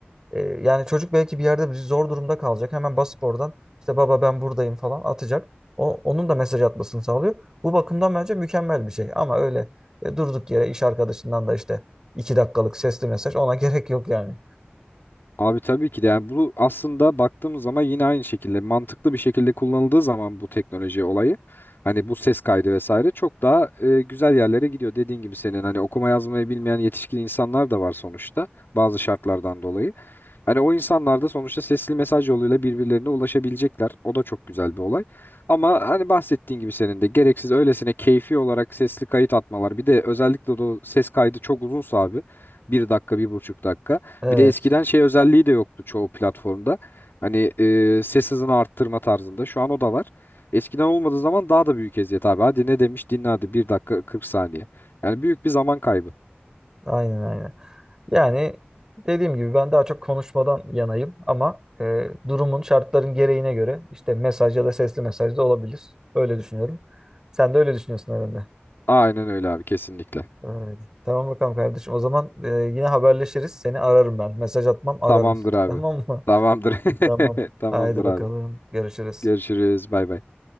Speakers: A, on the right; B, on the left.
A: Ee, yani çocuk belki bir yerde zor durumda kalacak. Hemen basıp oradan işte baba ben buradayım falan atacak. O, onun da mesaj atmasını sağlıyor. Bu bakımdan bence mükemmel bir şey. Ama öyle e, durduk yere iş arkadaşından da işte 2 dakikalık sesli mesaj ona gerek yok yani.
B: Abi tabii ki de yani bu aslında baktığımız zaman yine aynı şekilde mantıklı bir şekilde kullanıldığı zaman bu teknoloji olayı hani bu ses kaydı vesaire çok daha e, güzel yerlere gidiyor. Dediğin gibi senin hani okuma yazmayı bilmeyen yetişkin insanlar da var sonuçta bazı şartlardan dolayı. Hani o insanlar da sonuçta sesli mesaj yoluyla birbirlerine ulaşabilecekler. O da çok güzel bir olay. Ama hani bahsettiğin gibi senin de gereksiz öylesine keyfi olarak sesli kayıt atmalar. Bir de özellikle de o ses kaydı çok uzunsa abi. Bir dakika, bir buçuk dakika.
A: Evet,
B: Bir de eskiden şey özelliği de yoktu çoğu platformda. Hani e, ses hızını arttırma tarzında. Şu an o da var. Eskiden olmadığı zaman daha da büyük eziyet abi. Hadi ne demiş dinle hadi 1 dakika 40 saniye. Yani büyük bir zaman kaybı.
A: aynen aynen. Yani dediğim gibi ben daha çok konuşmadan yanayım ama e, durumun şartların gereğine göre işte mesaj ya da sesli mesaj da olabilir. Öyle düşünüyorum. Sen de öyle düşünüyorsun herhalde.
B: Aynen öyle abi kesinlikle.
A: Öyle. Tamam bakalım kardeşim. O zaman e, yine haberleşiriz. Seni ararım ben. Mesaj atmam, ararım.
B: Tamamdır
A: <laughs>
B: abi.
A: Tamam mı?
B: Tamamdır.
A: Tamam.
B: <laughs> Tamamdır
A: Haydi bakalım.
B: abi.
A: Görüşürüz.
B: Görüşürüz. Bay bay.